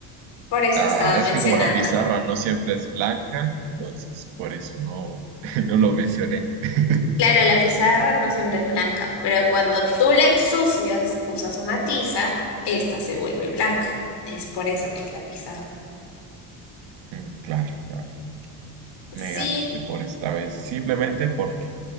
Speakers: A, on the left (about 60°); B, on the right (about 70°).
A: Por eso
B: Ah,
A: estaba
B: es
A: mencionando.
B: que como la pizarra no siempre es blanca, entonces por eso no, <laughs> no lo mencioné. <laughs>
A: Claro, la pizarra no siempre es blanca, pero cuando tú la ensucias, usas una tiza, esta se vuelve blanca. Es por eso que es la pizarra.
B: Mm, Claro, claro.
A: Sí,
B: Me ganaste por esta vez, simplemente porque